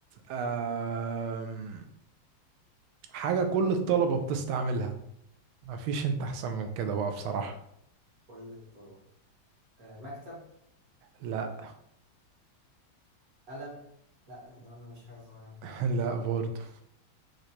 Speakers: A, on the right; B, on the right.
A: آم، حاجة كل الطلبة بتستعملها مفيش انت احسن من كده بقى بصراحة
B: كل الطرق آه مكتب
A: لا
B: قلم لا احنا قلنا مش حاجة صغيرة
A: <laughs> لا برضو